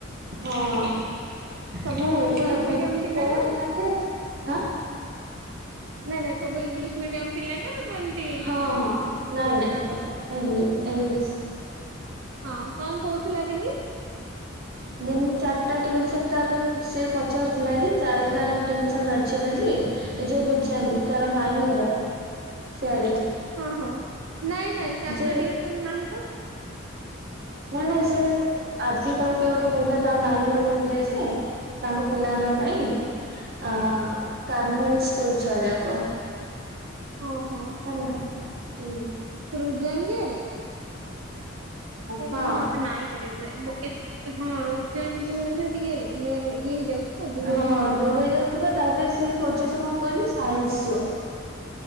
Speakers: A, on the right (about 50°); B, on the right (about 85°).
A: ହଁ ନାଇଁ
B: ସବୁ ଇଂଲିଶ
A: ଶୁଣେ
B: ମିଡିୟମ
A: ବିିନି
B: ପିଲା
A: କହୁଥିଲା
B: ନା
A: ଯେ, ଆଁ
B: ନାଇଁ ନାଇଁ ସବୁ ଇଂଲିଶ ମିଡିୟମ ପିଲା ନା ଏମିତି
A: ହଁ ହଁ ନାଇଁ
B: ଓଡ଼ିଆ?
A: ନାଇଁ ସବୁ ଇଂଲିଶ ଇଂଲିଶ।
B: ହଁ କଣ କହୁଥିଲା ବିିନି?
A: ହ ମିନି ଚାରିଟା ଟିଉସନ ତାର ସେ ପଚାରୁଥିଲା ଯେ, ଚାରିଟା ଟିଉସନ ଅଛି ବୋଲି। ଏ ଯୋଉ ରୁଚାନ୍ତି ତାର ମାଇଁ ଘର ସିଆଡେ।
B: ହଁ- ହଁ ନାଇଁ ନାଇଁ ଚାରିଟା
A: ଯେ
B: ଟ୍ୟୁସନ୍ ନାହିଁ ତ।
A: ନାଇଁ ନାଇଁ ସେ ଆଜି ତାକୁ କିଏ ଗୋଟେ କହୁଥିଲା, ତା ନାଇଁ ଘର କହୁଥିଲେ ଯେ ତାଙ୍କ ପିଲାମାନଙ୍କ ପାଇଁ, ଅ କାର୍ନଲ ସ୍କୁଲ ଛୁଆଯାକ
B: ଓ ହୋ।
A: ହେଲା ହୁଁ।
B: <unintelligible> ଜେଡ୍, କେଜାଣି
A: ହଁ
B: ମତେ ମାଇ <unintelligible> ଏ ହଁ ରୋପ୍ ଯାଏଁ ଯିଏ ହେଲେ ଟିକେ ଇଏ ହେଲେ ଇଏ ହେଇଯାଉଛି। ତ ଦୂର
A: ହଁ,
B: ବି ହେଇଯାଉଛି।
A: ଦୂରେଇ ଯାଉଥିବା, ତାପରେ ସିଏ ଖୋଜୁଛି କଣ କହିଲୁ? ସାଇନ୍ସ ଛୁଆ।